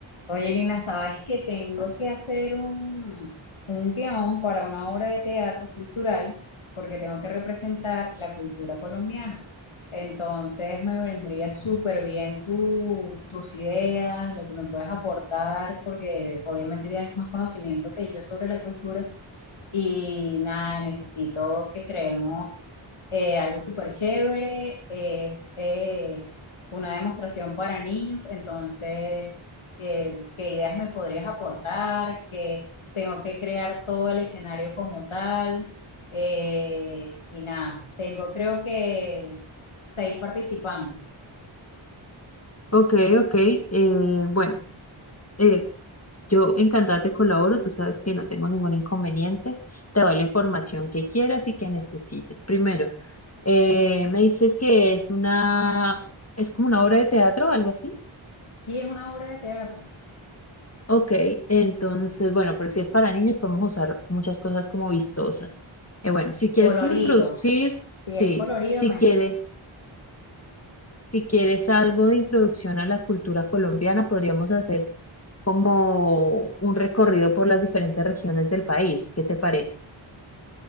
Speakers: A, on the left; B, on the left.
A: Oye, Lina, sabes que tengo que hacer un, un guión para una obra de teatro cultural porque tengo que representar la cultura colombiana. Entonces me vendría súper bien tu- tus ideas, lo que me puedes aportar, porque obviamente tienes más conocimiento que yo sobre la cultura. Y nada, necesito que creemos eh, algo súper chévere. Es eh, una demostración para niños. Entonces, ¿qué, qué ideas me podrías aportar? Que tengo que crear todo el escenario como tal. Eh, y nada, tengo creo que seis participantes.
B: Ok, ok. eh, bueno, eh, yo encantada te colaboro. Tú sabes que no tengo ningún inconveniente. Te doy la información que quieras y que necesites. Primero, eh, me dices que es una, es como una obra de teatro, algo así.
A: Sí, es una obra de teatro.
B: Ok, entonces, bueno, pero si es para niños, podemos usar muchas cosas como vistosas. Eh, bueno, si quieres
A: Colorido.
B: como introducir,
A: Si
B: sí,
A: es colorido,
B: si
A: me...
B: quieres, si quieres algo de introducción a la cultura colombiana, podríamos hacer como un recorrido por las diferentes regiones del país. ¿Qué te parece?